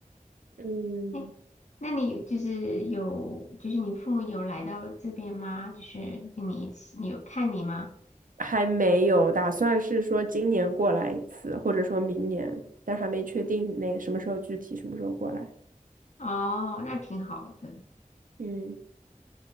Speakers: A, on the right; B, on the left.
A: 嗯。
B: 哎，那你就是有就是你父母有来到这边吗？就是跟你一起，你有看你吗？
A: 还没有，打算是说今年过来一次，或者说明年，但还没确定那什么时候具体什么时候过来。
B: 哦，那挺好的
A: 嗯，